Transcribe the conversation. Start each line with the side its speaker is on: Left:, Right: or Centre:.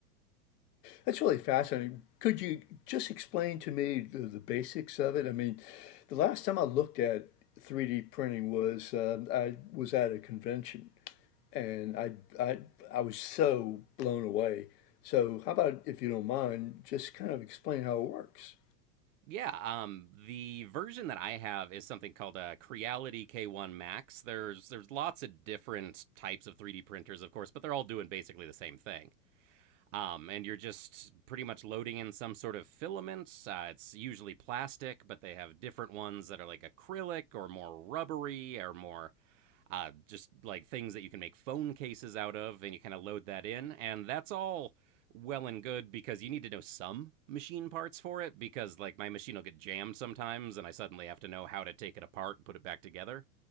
Left: That's really fascinating. Could you just explain to me the, the basics of it? I mean, the last time I looked at 3D printing was uh, I was at a convention and I, I, I was so blown away. So, how about if you don't mind, just kind of explain how it works?
Right: Yeah, um, the version that I have is something called a Creality K1 Max. There's there's lots of different types of 3D printers, of course, but they're all doing basically the same thing. Um, and you're just pretty much loading in some sort of filaments. Uh, it's usually plastic, but they have different ones that are like acrylic or more rubbery or more uh, just like things that you can make phone cases out of, and you kind of load that in. And that's all well and good because you need to know some machine parts for it because, like, my machine will get jammed sometimes, and I suddenly have to know how to take it apart and put it back together.